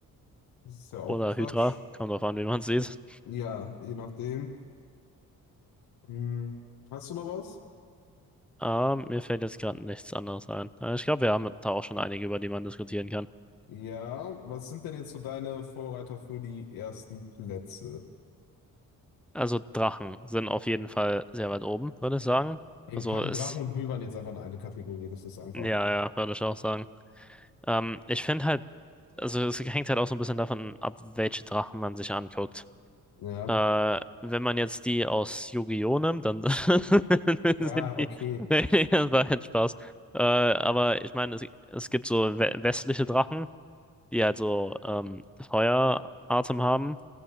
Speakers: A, on the left (about 85°); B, in the centre.
A: Das ist ja auch
B: Oder
A: Quatsch.
B: Hydra. Kommt drauf an, wie man sieht.
A: Ja, je nachdem. Hm, hast du noch was?
B: Ah, mir fällt jetzt gerade nichts anderes ein. Äh, Ich glaube, wir haben da auch schon einige, über die man diskutieren kann.
A: Ja, was sind denn jetzt so deine Vorreiter für die ersten Plätze?
B: Also Drachen sind auf jeden Fall sehr weit oben, würde ich sagen.
A: Ja. Ey,
B: Also
A: wir packen
B: ist,
A: Drachen und Wyvern jetzt einfach in eine Kategorie. Das ist einfach.
B: ja, ja, würde ich auch sagen. Ähm, ich finde halt, also es hängt halt auch so ein bisschen davon ab, welche Drachen man sich anguckt.
A: Ja.
B: Äh, wenn man jetzt die aus Yu-Gi-Oh! nimmt, dann <laughs> sind
A: Ja,
B: die,
A: okay.
B: <laughs> nee, das war halt Spaß. Äh, aber ich meine, es, es gibt so we- westliche Drachen, die halt so ähm, Feueratem haben.